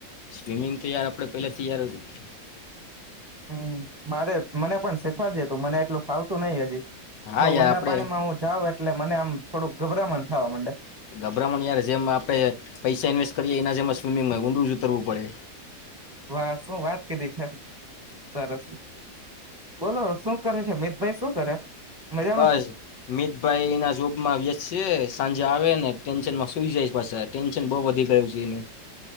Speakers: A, on the left (about 75°); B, on the right (about 15°).
A: સ્વિમિંગ તો યાર આપડે પહેલા તૈયાર.
B: હમ. મારે મને પણ શીખવાડ જે તું મને એટલું ફાવતું નઈ હદી.
A: હા
B: બઉ
A: યાર
B: ઊંડા
A: આપણે
B: પાણીમાં હું જાઉ એટલે મને આમ થોડુંક ગભરામણ થાવા મંડે.
A: ગભરામણ યાર જેમ આપડે પૈસા ઇન્વેસ્ટ કરીએ એના જેમાં સ્વિમિંગમાં ઊંડું જ ઉતરવું પડે.
B: વા શું વાત કીધી છે સરસ બોલો શું કરે છે મિતભાઈ શું કરે? મજામાં
A: બસ મિતભાઈના શોભમાં વ્યસ સે સાંજે આવે ને ટેન્શનમાં સુઈ જાઈશ પાસા ટેન્શન બઉ વધી ગયું છે એને